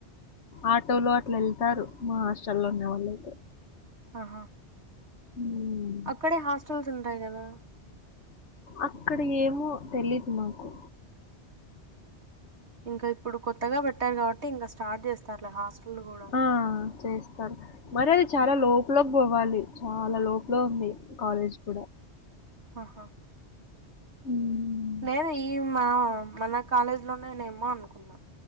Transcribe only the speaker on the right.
ఆహా
అక్కడే హాస్టల్స్ ఉంటాయి గదా.
ఇంకా ఇప్పుడు కొత్తగా పెట్టారు కాబట్టి ఇంకా స్టార్ట్ చేస్తారులే హాస్టల్ కూడా.
ఆహా
నేను ఈ మా మన కాలేజ్ లో నేనేమో అనుకున్నా.